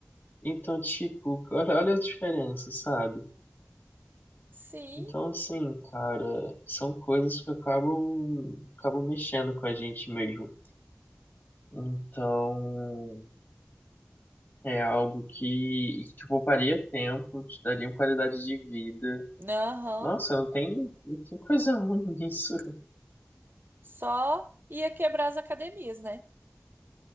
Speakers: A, on the left; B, on the right.
A: Então, tipo, cara, olha a diferença, sabe?
B: Sim,
A: Então, assim, cara, são coisas que acabam, acabam mexendo com a gente mesmo. Então, é algo que, que te pouparia tempo, te daria uma qualidade de vida.
B: aham.
A: Nossa, não tem, não tem coisa ruim <laughs> nisso.
B: Só ia quebrar as academias, né?